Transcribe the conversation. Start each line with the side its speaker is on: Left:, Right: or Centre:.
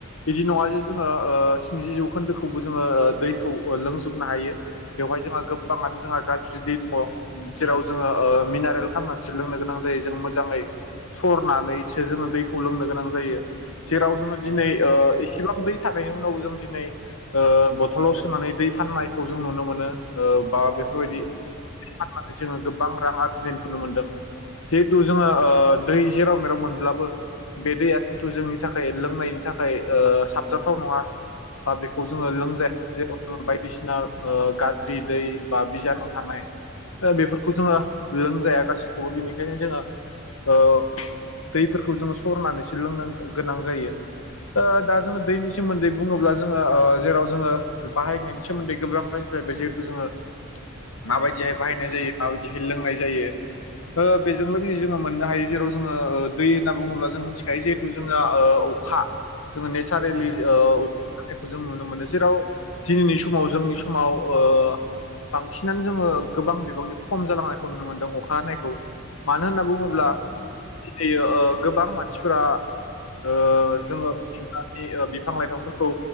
Left: बिदि नङा जे जोङो ओ स्निजि जौखोन्दोखौबो जोङो दैखौ लोंजोबनो हायो। बेवहाय जोंहा गोबांङानो जोंहा गा दै दङ जेराव जोङो मिनारेल खालामनानैसो लोंनो गोनां जायो जों मोजाङै सरनानैसो जोङो दैखौ लोंनो गोनां जायो जेराव जोङो
Right: औ
Left: दिनै ओ बिसेबां दै थानायनि उनावबो जों दिनै बथलाव सोनानै दै फाननायखौ जों नुनो मोनो। बा
Right: औ
Left: बेफोरबायदि
Right: नंगौ
Left: फाननानै जोङो गोबां रां आरजिनाय नुनो मोनदों। जिहेथु जोङो दै जेराव मेराव मोनब्लाबो बे दैया खिन्थु जोंनि थाखाय लोंनायनि थाखाय ओ साबजाथाव नङा। बा बेखौ
Right: औ
Left: जोङो
Right: औ
Left: लोंजाया जे जोङो बायदिसिना ओ गाज्रि दै बा बिजानु थानाय। ओ बेफोरखौ जोङो लोंजाया गासैखौबो बिनिखायनो जोङो ओ दैफोरखौ जोङो सरनानैसो लोंनो गोनां जायो। दा जोङो दैनि सोमोन्दै बुङोब्ला जोङो जेराव जोङो बाहायनायनि सोमोन्दै गोबां। जिहेथु जोङो माबायदिहाय
Right: औ
Left: बाहायनाय जायो माबायदिहाय लोंनाय जायो। ओ बेजों लोगोसे जोङो मोननो हायो जेराव जोङो दै होनना बुङोब्ला जों मिथिखायो जिहेथु जोंना ओ अखा जोङो नेचारेलि
Right: औ औ
Left: ओ अखा हानायखौ जों नुनो मोनो जेराव दिनैनि समाव जोंनि समाव ओ बांसिनानो जोङो गोबां बिबांनि खम जालांनायखौ नुनो मोनदों अखा हानायखौ मानो होनना बुङोब्ला
Right: औ औ नंगौ औ नंगौ
Left: गियो गोबां मानसिफोरा ओ जोङो मिथि बिफां लाइफांफोरखौ